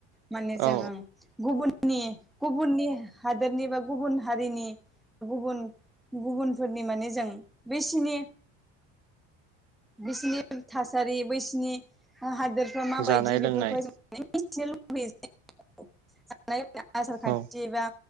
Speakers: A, in the centre; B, on the right (about 70°).
A: माने जों
B: औ
A: ओं गुबुननि गुबुननि हादोरनि बा गुबुन हारिनि गुबुन गुबुनफोरनि माने जों बैसिनि बिसिनि थासारि बैसिनि हा हादोरफ्रा माबायदि
B: जानाय
A: बेफोरखौहाय
B: लोंनाय
A: जों माने मिथिनो लुबैयो जे जानाय लोंनाय आसार खान्थि
B: औ
A: बा